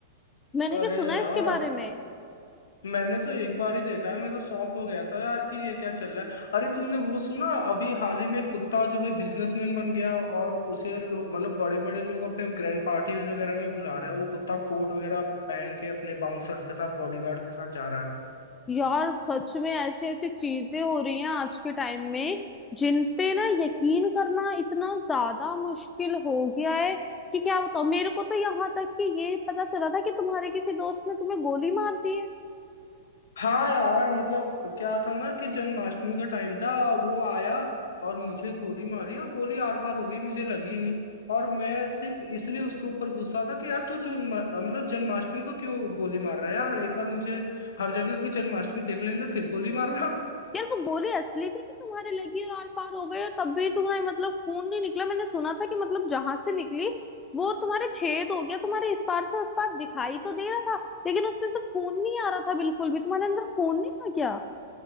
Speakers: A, on the left (about 20°); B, on the left (about 75°).
A: मैंने
B: अरे
A: भी सुना है
B: यार
A: इसके बारे में
B: मैंने तो एक बार ही देखा है मैं तो शॉक हो गया था यार कि ये क्या चल रहा है अरे तुमने वो सुना अभी हाल ही में कुत्ता जो है बिजनेसमैन बन गया और उसे लोग मतलब बड़े बड़े लोग अपने ग्रैंड पार्टीज वगैरह में बुला रहे हैं वो कुत्ता कोट वगैरह पहन के अपने बाउंसर्स के साथ बॉडीगार्ड के साथ जा रहा है
A: यार सच में ऐसी ऐसी चीजें हो रही हैं आज के टाइम में जिन पे ना यकीन करना इतना ज्यादा मुश्किल हो गया है कि क्या बताओ मेरे को तो यहाँ तक कि ये पता चला था कि तुम्हारे किसी दोस्त ने तुम्हें गोली मार दी है
B: हाँ यार मतलब क्या था ना कि जन्माष्टमी का टाइम था वो आया और मुझे गोली मारी और गोली आर पार हो गई मुझे लगी ही नहीं और मैं सिर्फ इसलिए उसके ऊपर गुस्सा था कि यार तू जन्म मतलब जन्माष्टमी को क्यों गोली मार रहा है यार एक बार मुझे हर जगह की जन्माष्टमी देख लेने दे फिर गोली मारना <laughs>
A: यार वो गोली असली थी कि तुम्हारे लगी और आर पार हो गई और तब भी तुम्हें मतलब खून नहीं निकला मैंने सुना था कि मतलब जहां से निकली वो तुम्हारे छेद हो गया तुम्हारे इस पार से उस पार दिखाई तो दे रहा था लेकिन उसमें से खून नहीं आ रहा था बिल्कुल भी तुम्हारे अंदर खून नहीं था क्या